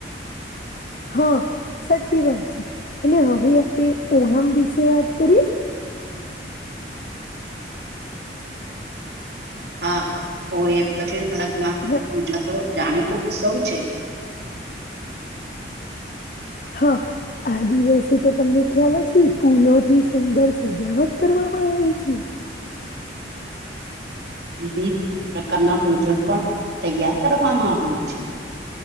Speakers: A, on the left; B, on the right.
A: હા સાચી વાત છે અને હવે આપણે ઓણમ વિશે વાત કરીએ
B: હા ઓ એ દક્ષિણ ભારતમાં
A: અને
B: ઉજવતો. જાણે કે ઉત્સવ છે.
A: હા આદિવાસે તો તમને ખ્યાલ હશે ફૂલો થી સુંદર સજાવટ કરવા. મા આવે છે.
B: વિવિધ પ્રકારના ભોજન પણ તૈયાર કરવામાં આવે છે.